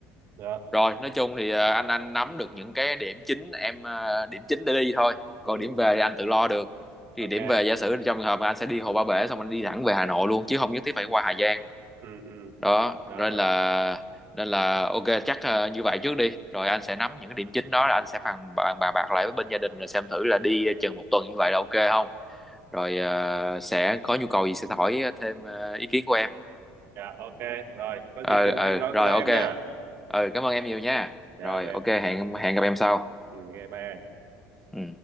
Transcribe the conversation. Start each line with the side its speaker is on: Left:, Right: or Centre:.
Right: đó
Centre: Rồi, nói chung thì ờ, anh anh nắm được những cái điểm chính em ờ, điểm chính để đi thôi.
Right: ừ
Centre: Còn điểm về thì anh tự lo được. Thì
Right: ok
Centre: điểm về giả sử trong trường hợp mà anh sẽ đi Hồ Ba Bể xong anh đi thẳng về Hà Nội luôn chứ không nhất thiết phải qua Hà Giang.
Right: ừ ừ
Centre: Đó,
Right: đó
Centre: nên
Right: đó
Centre: là nên là ok chắc ờ, như vậy trước đi. Rồi anh sẽ nắm những cái điểm chính đó là anh sẽ phàn bàn bàn bạc lại với bên gia đình rồi xem thử là đi ờ, chừng một tuần như vậy là ok không? Rồi ờ, sẽ có nhu cầu gì sẽ hỏi thêm ờ, ý kiến của em.
Right: dạ ok rồi có
Centre: Ờ
Right: gì cứ
Centre: ờ
Right: nói- anh nói
Centre: rồi
Right: cứ nói
Centre: ok.
Right: em nha
Centre: Ờ cảm ơn em nhiều nha.
Right: dạ
Centre: Rồi
Right: rồi
Centre: ok hẹn hẹn gặp em sau.
Right: ừ, ok bye anh
Centre: Ừ.